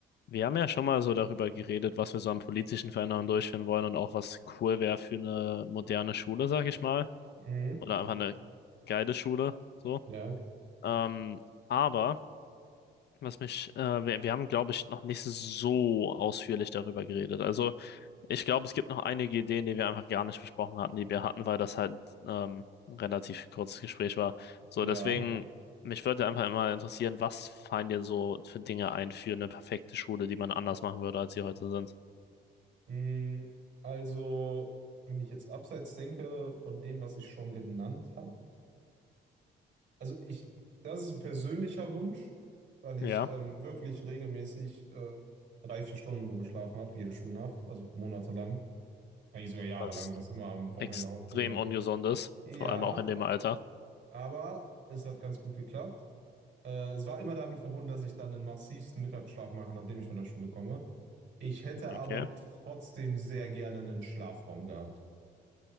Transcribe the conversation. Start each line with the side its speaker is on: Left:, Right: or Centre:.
Left: Wir haben ja schon mal so darüber geredet, was wir so an politischen Veränderungen durchführen wollen und auch was cool wäre für eine moderne Schule, sag ich mal.
Right: Mhm.
Left: Oder einfach eine geile Schule, so.
Right: Ja,
Left: Ähm, aber, was mich, äh, wir, wir haben, glaube ich, noch nicht so ausführlich darüber geredet. Also, ich glaube, es gibt noch einige Ideen, die wir einfach gar nicht besprochen hatten, die wir hatten, weil das halt ähm, ein relativ kurzes Gespräch war. So,
Right: ja.
Left: deswegen, mich würde einfach mal interessieren, was fallen dir so für Dinge ein für eine perfekte Schule, die man anders machen würde, als sie heute sind?
Right: Mhm. Also, wenn ich jetzt abseits denke von dem, was ich schon genannt habe, also ich, das ist ein persönlicher Wunsch, weil ich
Left: Ja,
Right: ähm, wirklich regelmäßig äh, drei, vier Stunden nur geschlafen habe, jede Schulnacht, also monatelang, eigentlich sogar jahrelang
Left: was
Right: und das immer am Wochenende
Left: extrem
Right: aufgeholt habe.
Left: ungesund ist,
Right: Ja,
Left: vor allem auch in dem Alter.
Right: aber es hat ganz gut geklappt. Äh, es war immer damit verbunden, dass ich dann den massivsten Mittagsschlaf mache, nachdem ich von der Schule komme. Ich hätte
Left: Okay.
Right: aber trotzdem sehr gerne einen Schlafraum gehabt.